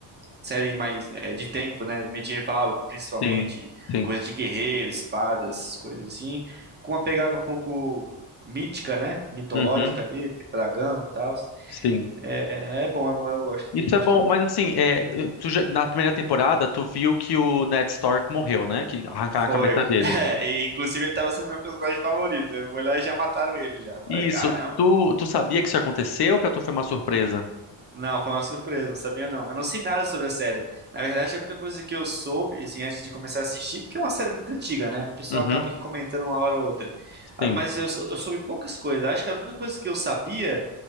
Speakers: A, on the right; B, on the left.
A: série mais é, de tempo, né? Medieval, principalmente,
B: Sim, sim.
A: coisa de guerreiro, espadas, coisas assim, com uma pegada um pouco mítica, né? Mitológica
B: Uhum,
A: ali, dragão e tal.
B: sim.
A: É, é bom, é bom, eu gosto,
B: Isso
A: tenho gostado.
B: é bom, mas assim, é, tu já- na primeira temporada, tu viu que o Ned Stark morreu, né? Que arrancaram
A: Foi.
B: a cabeça dele.
A: <laughs> É, e, inclusive ele tava sendo meu personagem favorito. Eu fui lá e já mataram ele já. Falei,
B: E
A: caramba.
B: isso, tu, tu sabia que isso aconteceu ou pra tu foi uma surpresa?
A: Não, foi uma surpresa, não sabia não. Eu não sei nada sobre a série. Na verdade, a única coisa que eu soube, assim, antes de começar a assistir, porque é uma série muito antiga, né? O pessoal
B: Uhum,
A: acaba aqui comentando uma hora ou outra. Ah,
B: sim.
A: Mas eu, sou- eu soube poucas coisas. Acho que a única coisa que eu sabia